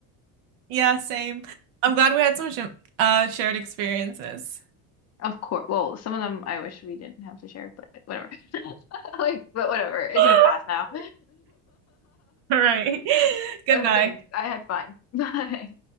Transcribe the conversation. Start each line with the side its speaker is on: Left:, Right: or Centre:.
Right: Yeah, same. I'm glad we had some sh uh, shared experiences.
Left: Of course. Well, some of them I wish we didn't have to share, but whatever. <laughs> Like, but whatever. It's
Right: <laughs>
Left: in the past now.
Right: All right. <laughs>
Left: <laughs>
Right: Goodbye.
Left: Uh, thanks. I had fun. <laughs> Bye.